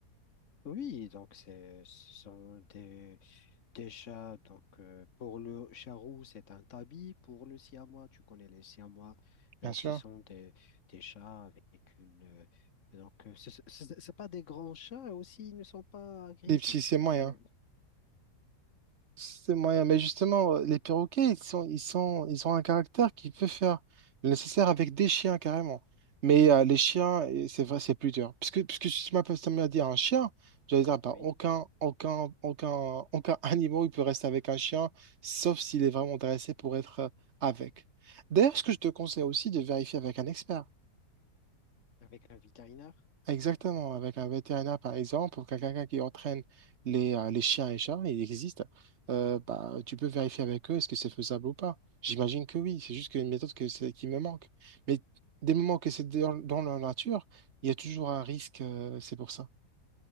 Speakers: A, on the left; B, on the right.
A: Oui, donc c'est- ce sont des, Des chats, donc euh, pour le chat roux, c'est un tabi. Pour le siamois, tu connais les siamois.
B: bien
A: Donc,
B: sûr.
A: ce sont des, des chats avec une. euh, donc, euh, ce n'est pas des grands chats aussi, ils ne sont pas agressifs.
B: Les petits, c'est
A: Ils
B: moyen.
A: sont.
B: C'est moyen, mais justement, euh, les perroquets, ils sont, ils sont, ils ont un caractère qui peut faire le nécessaire avec des chiens carrément. Mais euh, les chiens, et c'est vrai, c'est plus dur. Puisque, puisque tu m'as tu m'as dit un chien, j'allais dire, bah,
A: Oui,
B: aucun, aucun, aucun, aucun <laughs> animal, il peut rester avec un chien, sauf s'il est vraiment intéressé pour être euh, avec. D'ailleurs, ce que je te conseille aussi de vérifier avec un expert.
A: avec un vétérinaire.
B: Exactement, avec un vétérinaire par exemple, ou quelqu'un qui entraîne les, euh, les chiens et chats, il existe, euh, bah, tu peux vérifier avec eux est-ce que c'est faisable ou pas. J'imagine que oui, c'est juste qu'une méthode que c'est- qui me manque. Mais des moments que c'est dans, dans la nature, il y a toujours un risque, euh, c'est pour ça.